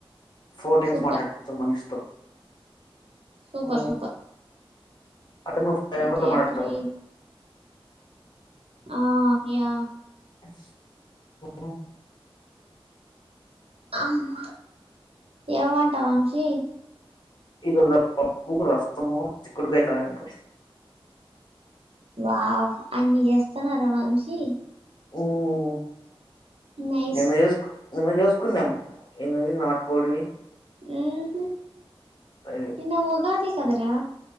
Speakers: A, on the left; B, on the right.
A: ఫోర్ టైమ్స్
B: సూపర్
A: మాట్లాడచ్చు ఒక మనిషితో
B: సూపర్
A: మ్ ఆ
B: సూపర్
A: అతను ఒక ఫైవ్
B: అయితే
A: మెంబెర్స్ తో మాట్లా
B: త్రీ ఆ యా
A: మ్ మ్
B: అమ్మ ఏమ్ వంట వంశీ
A: ఈ రోజా పప్పు రసము చిక్కుడుగాయ తాలింపు
B: వావ్ అన్ని జేస్తున్నర వంశీ
A: ఊఁ
B: నైస్
A: ఎన్నిజేసుకొ ఎన్నిజేస్ కున్నం ఏందదీ నాట్ కోడీ
B: ఊహు
A: అవి.
B: నిన్న ఉగాది కదరా